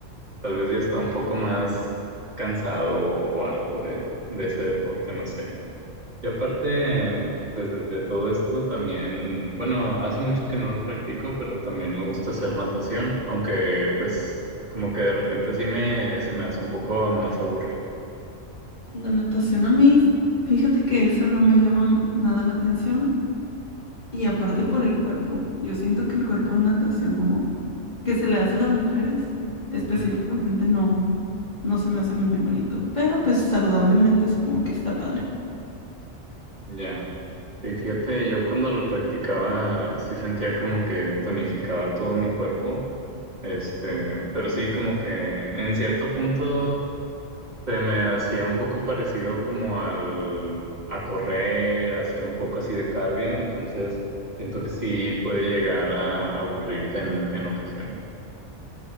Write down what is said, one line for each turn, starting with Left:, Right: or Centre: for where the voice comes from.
Right: Tal vez ya está un poco más cansado o algo de, de ese deporte, no sé. Y aparte, pues de, de todo esto también, bueno, hace mucho que no lo practico, pero también me gusta hacer natación, aunque pues como que de repente sí me, se me hace un poco más aburrido.
Left: la natación a mí, f- fíjate que esa no me llama m- nada la atención y aparte por el cuerpo. Yo siento que el cuerpo de natación no, que se le hace a las mujeres específicamente
Right: Ajá.
Left: no, no se me hace muy bonito, pero pues saludablemente supongo que está padre.
Right: Ya. Sí, fíjate, yo cuando lo practicaba sí sentía como que tonificaba todo mi cuerpo, este, pero sí como que en cierto punto Se me hacía un poco parecido como al, a correr, a hacer un poco así de cardio, entonces siento que sí puede llegar a aburrirte en, en ocasiones.